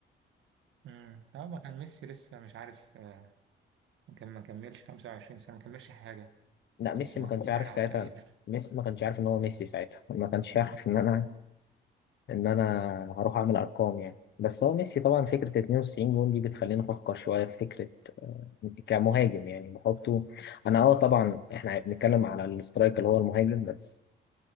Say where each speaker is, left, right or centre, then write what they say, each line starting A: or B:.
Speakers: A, on the right; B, on the left.
A: امم اه ما كان ميسي لسه مش عارف آه، ما كان ما كملش 25 سنة ما كملش حاجة
B: لا
A: ما كانش
B: ميسي
A: ما
B: ما كانش
A: كانش
B: عارف
A: بيلعب
B: ساعتها
A: تقريبا
B: ميسي ما كانش عارف ان هو ميسي ساعتها <laughs> ما كانش عارف
A: <laughs>
B: ان
A: آه.
B: انا ان انا هروح اعمل ارقام يعني بس هو ميسي طبعا فكرة 92 جون دي بتخليني افكر شوية في فكرة كمهاجم يعني بحطه انا اه طبعا احنا بنتكلم على الاسترايك اللي هو المهاجم بس